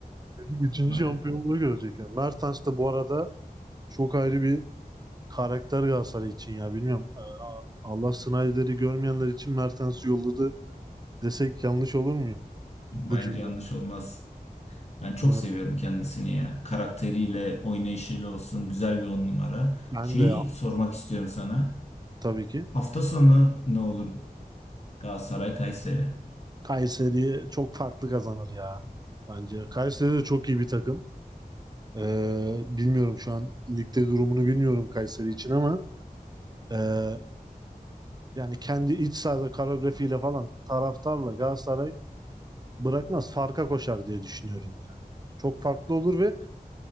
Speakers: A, on the right; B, on the left.
A: Çocuk 3.
B: Maalesef.
A: şampiyonluğu görecek. Yani Mertens de bu arada çok ayrı bir karakter Galatasaray için ya. Bilmiyorum. Ee, Allah Snyder'i görmeyenler için Mertens'i yolladı desek yanlış olur mu? Bu
B: Bence
A: cümle.
B: yanlış olmaz. Ben çok
A: Mer-
B: seviyorum kendisini ya. Karakteriyle, oynayışıyla olsun. Güzel bir on numara.
A: Ben
B: Şeyi
A: de ya.
B: sormak istiyorum sana.
A: Tabii ki.
B: Hafta sonu ne olur Galatasaray Kayseri?
A: Kayseri'ye çok farklı kazanır ya. Bence. Kayseri de çok iyi bir takım. Ee, bilmiyorum şu an ligde durumunu bilmiyorum Kayseri için ama ee, Yani kendi iç sahada koreografiyle falan taraftarla Galatasaray bırakmaz. Farka koşar diye düşünüyorum ya. Çok farklı olur ve